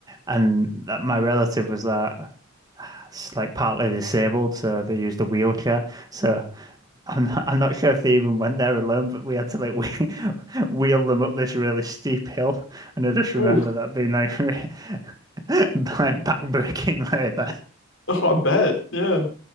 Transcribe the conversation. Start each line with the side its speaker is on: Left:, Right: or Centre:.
Right: And that my relative was uh, s- like partly disabled, so they used a wheelchair. So I'm not, I'm not sure if they even went there alone, but we had to like wheel, <laughs> wheel them up this really steep hill, and I just remember
Left: ooh,
Right: that being like <laughs> like backbreaking labour.
Left: oh, I bet. Yeah,